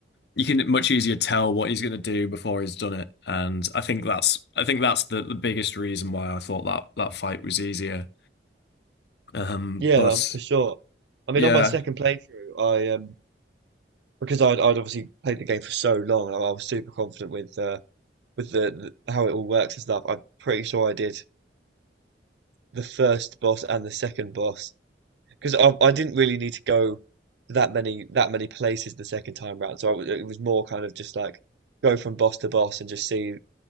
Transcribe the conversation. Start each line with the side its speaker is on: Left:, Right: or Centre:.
Left: you can much easier tell what he's going to do before he's done it. And I think that's I think that's the the biggest reason why I thought that that fight was easier. Um,
Right: Yeah,
Left: but
Right: um, for sure. I mean,
Left: yeah,
Right: on my second playthrough, I um because I'd I'd obviously played the game for so long, and I, I was super confident with uh with the, the how it all works and stuff. I'm pretty sure I did the first boss and the second boss because I I didn't really need to go that many that many places the second time round. So I, was- it was more kind of just like go from boss to boss and just see